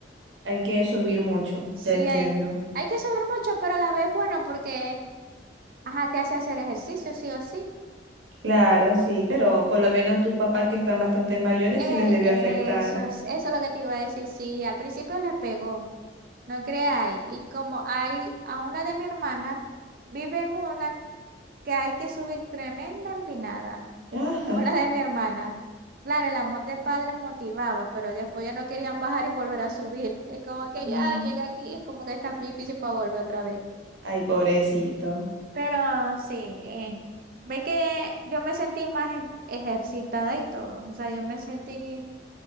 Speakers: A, on the right; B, on the right.
A: Hay que subir mucho.
B: Sí,
A: Ya entiendo.
B: hay... Hay que subir mucho, pero a la vez bueno, porque Ajá, te hace hacer ejercicio, sí o sí.
A: Claro, sí, pero por lo menos a tus papás que están bastante mayores
B: Eh,
A: sí les debió afectar.
B: eso, es- eso es lo que te iba a decir, sí. Al principio le pegó, no creáis. Y como hay a una de mi hermana, vive en una que hay que subir tremenda empinada.
A: <laughs>
B: Como
A: Ah,
B: la de mi hermana. Claro, el amor de padre motivaba, pero después ya no querían bajar y volver a subir. <laughs> Es como que
A: mm.
B: ya llega aquí, es como que está difícil para volver otra vez.
A: Ay, pobrecito.
B: Pero sí, eh, ve que yo me sentí más e- ejercitada y todo. O sea, yo me sentí.